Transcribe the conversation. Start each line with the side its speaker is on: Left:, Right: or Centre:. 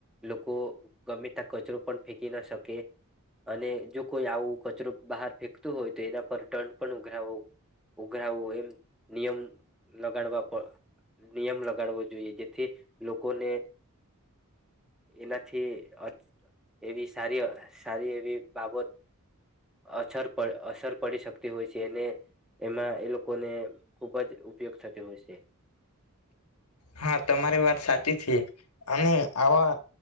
Centre: લોકો ગમે તા કચરો પણ ફેંકી ના શકે, અને જો કોઈ આવું કચરો બહાર ફેંકતું હોય તો એના પર દંડ પણ ઉઘરાવો ઉઘરાવવો એમ નિયમ લગાડવા નિયમ લગાડવો જોઈએ જેથી લોકોને એનાથી અ એવી સારી સારી એવી બાબત અછર અસર પડી શકતી હોય છે ને એમાં એ લોકોને ખૂબ જ ઉપયોગ થતી હોય છે.
Left: હા તમારી વાત સાચી છે અને આવા